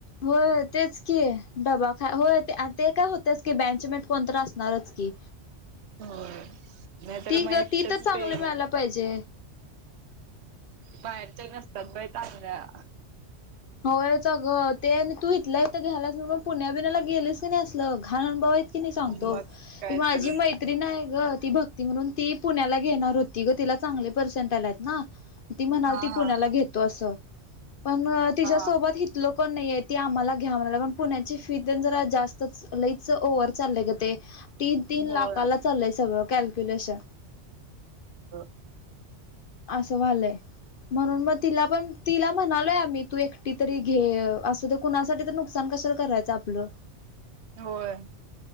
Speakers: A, on the left; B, on the right.
A: होय तेच की डब्बा खा हो ते काय होतेच की बँचमेट असणारच की
B: होय नाहीतर
A: ती
B: मग एकटच
A: तर चांगली
B: ते
A: मिळा. पाहिजे.
B: बाहेरच्याही नसतात बाई चांगल्या
A: होय च गं ते आणि तू इथ इथं घ्यायलास पुण्या बिनाला गेलीस की नाही असलं घाण अनुभव आहेत बाबा की नाही सांगतो
B: मग काय
A: ती माझी
B: तर
A: मै नाही ग ती भक्ती म्हणून ती पुण्याला घेणार होती ग तिला चांगले पर्सेंट आलात ना. ती म्हणाल
B: हा
A: ती पुण्याला
B: हा
A: घेतो असं पण तिच्यासोबत
B: हा
A: हि. लोकण नाहीय ती आम्हाला घ्या म्हणा पण पुण्याची फिसच जरा जास्त लईच ओव्हर चालय ग ते. तीन तीन
B: होय
A: लाखाला चाललंय सगळं कॅल्क्युलेशन.
B: हा
A: अससं व्हायलय. म्हणून मग तिला पण तिला म्हणालोय आम्ही तू एकटी तरी घे अस. कुणासाठी तर नुकसान कसं करायचं आपलं.
B: होय.